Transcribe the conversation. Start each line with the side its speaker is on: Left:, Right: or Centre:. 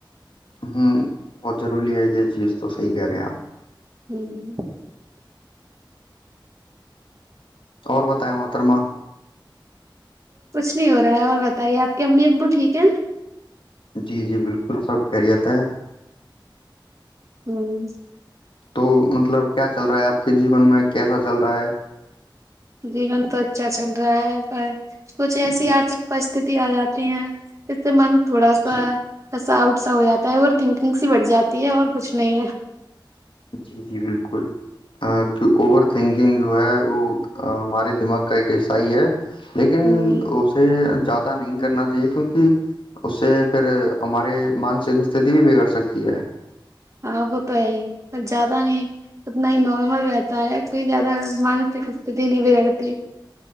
Left: ہوں بہت ضروری ہے یہ چیز تو صحیح کہہ رہے ہیں آپ
Right: ہوں
Left: اور بتائے محترما
Right: کچھ نہیں ہو رہا ہے اور بتائیے آپ کے امی ابو ٹھیک ہیں
Left: جی جی بالکل سبت خریت ہے
Right: ہوں
Left: تو مطلب کیا چل رہا ہے آپ کے جیون میں کیسا چل رہا ہے
Right: جیون تو اچھا چل رہا ہے پر کچھ ایسی
Left: جی
Right: آرھک پرستتتی آ جاتی ہیں اس سے من تھوڑا سا
Left: جی
Right: ایسا اٹ سا ہو جاتا ہے اور تھنکنگس ہی بٹھ جاتی ہے اور کچھ نہیں ہے
Left: جی جی بالکل کی اوور تھنکنگ جو ہے وہ ہمارے دماغ کا ایک عیسائی ہے لیکن
Right: ہ
Left: اسے زیادہ نہیں کرنا چاہیے کیونکہ اس سے پھر ہماری مانسک استتی بھی بگڑ سکتی ہے
Right: ہاں وہ تو ہے ہی پر زیادہ نہیں اتنا ہی نارمل رہتا ہے کوئی زیادہ مانسک استتی نہیں بگڑتی